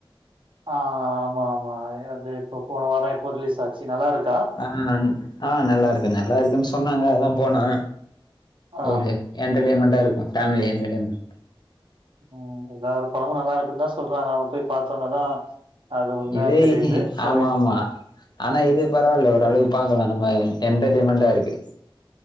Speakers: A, on the right; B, on the left.
A: ஆ ஆமா மா அது இப்போ போன வார எப்போ ரிலீஸ் ஆச்சு நல்லாருக்
B: ஆ ஆ நல்லாருக்கு நல்லாருக்குன் சொன்னாங்க அதா போன
A: ஆ
B: ஒரு என்டர்டைன்மென்டா இருக்கு பேமிலி என்டர்டைன்மென்ட்
A: ம் எல்லா படமு நல்லாருக்குன்னுதா சொல்றாங்க அவங்க போய் பாத்தோனதா அது உண்மையா
B: இதே
A: தெரியுது சோ
B: ஆமா ஆமா ஆனா இது பரவால்ல ஒரு அளவுக்கு பாக்லா நம்ம என்டர்டையின்மெண்டா இருக்கு